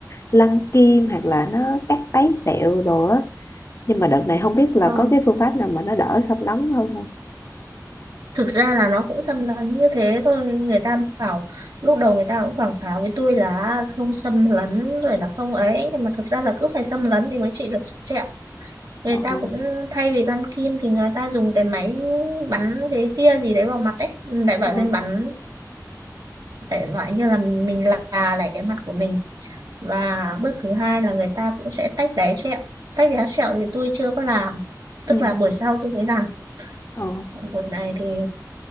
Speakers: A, on the left; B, on the right.
A: lăn kim hoặc là nó cắt tấy sẹo rồi á. Nhưng mà đợt này không biết là
B: ờ.
A: có cái phương pháp nào mà nó đỡ xâm lấn hơn không?
B: thực ra là nó cũng xâm lấn như thế thôi người ta bảo lúc đầu người ta cũng quảng cáo với tôi là không xâm lấn rồi là không ấy nhưng mà thực ra là cứ phải xâm lấn thì mới trị được sẹo người
A: Trời
B: ta
A: ơi.
B: cũng thay vì băng kim thì người ta dùng cái máy bắn cái tia gì đấy vào mặt đấy đại loại
A: Ờ.
B: lên bắn đại loại như là mình là lại cái mặt của mình và bước thứ hai là người ta cũng sẽ tách đáy sẹo tách đáy sẹo thì tôi chưa có làm
A: Ừ.
B: tức là buổi sau tôi mới làm
A: Ờ.
B: còn buổi này thì